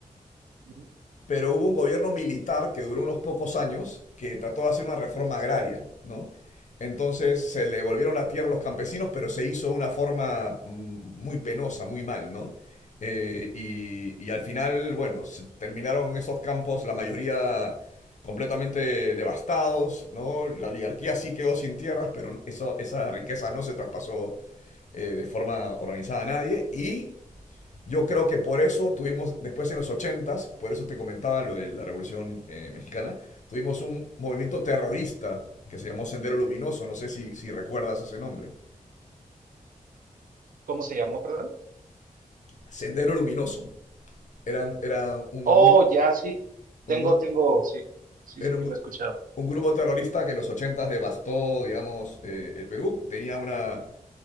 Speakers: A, on the right; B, on the left.
A: ujú,
B: pero hubo un gobierno militar que duró unos pocos años que trató de hacer una reforma agraria, ¿no? Entonces se le volvieron la tierra a los campesinos, pero se hizo de una forma mm, muy penosa, muy mal, ¿no? Eh, y, y al final, bueno, se terminaron esos campos, la mayoría completamente devastados, ¿no? La oligarquía sí quedó sin tierras, pero eso- esa riqueza no se traspasó eh, de forma organizada a nadie. Y yo creo que por eso tuvimos, después en los ochentas por eso te comentaba lo de la Revolución eh, Mexicana, tuvimos un movimiento terrorista
A: ujú.
B: que se llamó Sendero Luminoso, no sé si, si recuerdas ese nombre.
A: ¿Cómo se llamó, perdón?
B: Sendero Luminoso. Eran, era un
A: Oh,
B: grupo,
A: ya, sí. Tengo,
B: un grupo,
A: tengo, sí, sí,
B: era
A: sí,
B: un,
A: sí, lo
B: gru-
A: he escuchado.
B: un grupo terrorista que en los ochentas devastó, digamos, eh, el Perú. Tenía una,